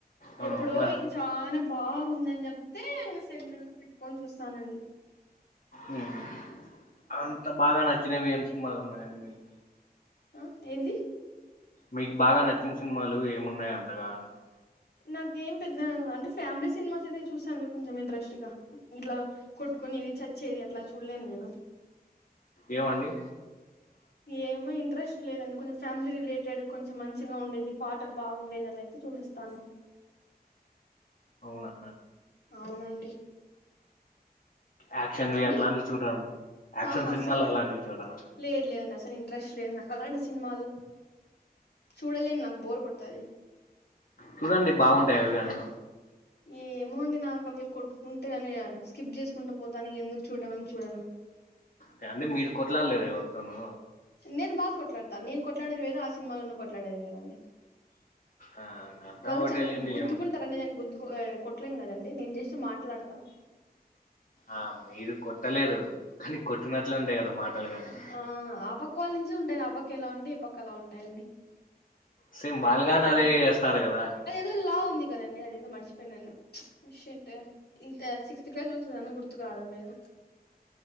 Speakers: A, on the left; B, on the left.
A: అవును
B: ఎప్పుడో
A: మరి
B: ఇ చానా బాగుందని చెప్తే ఇంక సినిమాలు పెట్టుకొని చూస్తానండి.
A: ఉమ్ అంత బాగా నచ్చినవి ఎం సినిమాలు ఉన్నాయండి మీకు
B: ఆ ఏంది
A: మీకు బాగా నచ్చిన సినిమాలు ఏమున్నయంతగా అంటావున్
B: నాకేం పెద్ద అంటే ఫ్యామిలీ సినిమాస్ అయితే చూస్తానండి కొంచెం ఇంట్రెస్ట్గా ఇట్లా కొట్టుకునేది చచ్చేది అట్లా చూడలేను నేను
A: ఏమండి
B: ఏమో ఇంట్రెస్ స్ట్ లేదండి కొంచెం ఫ్యామిలీ రిలేటెడ్ కొంచెం మంచిగా ఉండేది పాటలు బాగుండేది అలా అయితే చూసెస్తాను
A: అవునా
B: అవునండి
A: యాక్షన్
B: ఏంటండి
A: వి అట్లాంటివి చూడరండి యాక్షన్
B: ఆహా
A: సినిమాలు
B: అసలు
A: అలాంటివి చూడాలా
B: లేదు లేదండి అసలు ఇంట్రెస్ట్ లేదు నాకలాంటి సినిమాలు చూడలేను నాకు బోర్ కొడుతది
A: చూడండి బాగుంటయి అవి గనీ
B: ఏమో అండి నాక అవి కొట్టుకుంటయని స్కిప్ జేసుకుంటా పోతాను ఇగేందుకు చూడ్డమని చూడను
A: ఏ అండి మీరు కొట్లాడలేదా ఎవరితోనూ
B: నేను బాగ కొట్లాడతా నేను కొట్లాడేది వేరు ఆ సినిమాలోన కొట్లాడేది వేరండి
A: ఆ అంతా
B: వాళ్ళు
A: ఒకటేలేండి
B: చం గుద్దుకుంటరండి
A: ఏముంటది
B: నేను గుద్దుకో ఏ కొట్ ట్లేన్ గదండి నేను జస్ట్ మాట్లాడతా
A: ఆ మీరు కొట్టలేదు కనీ కొట్టినట్లే ఉంటాయి గదా మాటలు గానీ
B: ఆ ఆ పక్క వోళ్ నుంచి ఉంటది ఆపక్క ఎలా ఉంటే ఈ పక్క అలా ఉంటాయండి
A: సేమ్ వాళ్ళుగానదే చేస్తారు గదా
B: దో లా ఉంది కదండి అదేదో మర్చిపోయినాను ఓ షట్ ఇంక సిక్స్త్ క్లాస్ లో నుంచి రన్న గుర్తుక్ రావడం లేదు